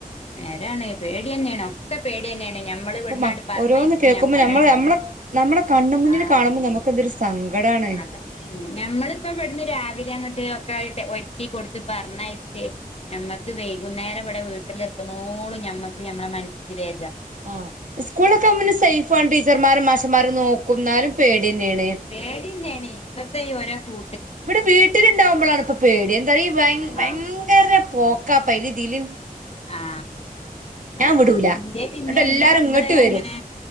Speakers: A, on the left (about 40°); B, on the right (about 60°).
A: നേരാണ് പേടിന്നെയാണ് ഒക്കെ പേടിന്നെയാണ്. ഞമ്മള്
B: ഇപ്പൊ
A: ഇവിടുന്ന
B: മ
A: പറഞ്ഞച്ച
B: ഓരോന്ന് കേൾക്കുമ്പോ
A: ഞമ്മടെ
B: നമ്മള് നമ്മളെ നമ്മളെ കണ്ണ് മുന്നിൽ
A: ആ
B: കാണുമ്പോ നമുക്ക് എന്തൊരു സങ്കടാണ്
A: അതന്നെ തന്നെ ഞമ്മളിപ്പോ ഇവിടുന്ന് രാവിലെ അങ്ങോട്ട് ഒക്കെ ഒരുക്കി കൊടുത്ത് പറഞ്ഞയച്ചേ ഞമ്മക്ക് വൈകുന്നേരം ഇവിടെ വീട്ടിൽ എത്തുന്നോളും ഞമ്മക്ക് നമ്മുടെ മനസ്സിന് വെ
B: ആ സ്കൂളൊക്കെവുമ്പോസേഫാണ്. ടീച്ചർമാരും മാഷന്മാരും നോക്കും ന്നാലും പേടിന്നെയാണ്.
A: പേടിനെണ് ഇപ്പത്ത ഒരോകൂ
B: ഇവിടെ വീട്ടിലുണ്ടാവുമ്പോളാണ് ഇപ്പ പേടി എന്താ ഭയ ഭയങ്കര
A: ആഹ്
B: പോക്കാപ്പാ അയിലി ഇതില
A: ആ ആ
B: വിടൂല
A: ആ ഇന്റെ പിന്നെ
B: ന്നട്ട് എല്ലാരും
A: ഇന്റെ മക്കള്
B: ഇങ്ങട്ട് വരും
A: അങ്ങനെ